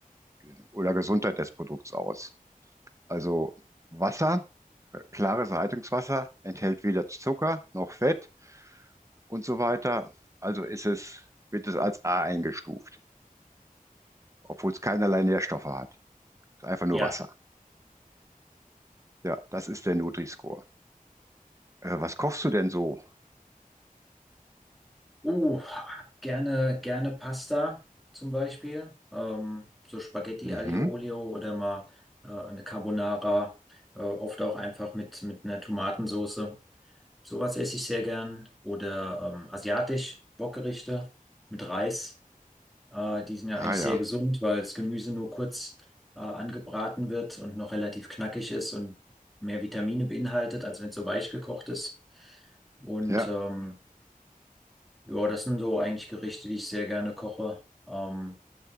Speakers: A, on the right; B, in the centre.
A: äh, oder Gesundheit des Produkts aus. Also Wasser Klares Leitungswasser enthält weder Zucker noch Fett und so weiter. Also ist es, wird es als A eingestuft, obwohl es keinerlei Nährstoffe hat. Ist einfach nur
B: Ja.
A: Wasser. Ja, das ist der Nutri-Score. Äh, was kochst du denn so?
B: Uh, gerne, gerne Pasta zum Beispiel. Ähm, so Spaghetti
A: Mhm.
B: Aglio Olio oder mal äh, eine Carbonara, äh, oft auch einfach mit, mit einer Tomatensoße. Sowas esse ich sehr gern. Oder ähm, asiatisch, Wokgerichte mit Reis. Äh, die sind ja
A: Ah
B: eigentlich
A: ja.
B: sehr gesund, weil das Gemüse nur kurz äh, angebraten wird und noch relativ knackig ist und mehr Vitamine beinhaltet, als wenn es so weich gekocht ist. Und
A: Ja,
B: ähm, ja, das sind so eigentlich Gerichte, die ich sehr gerne koche. Ähm,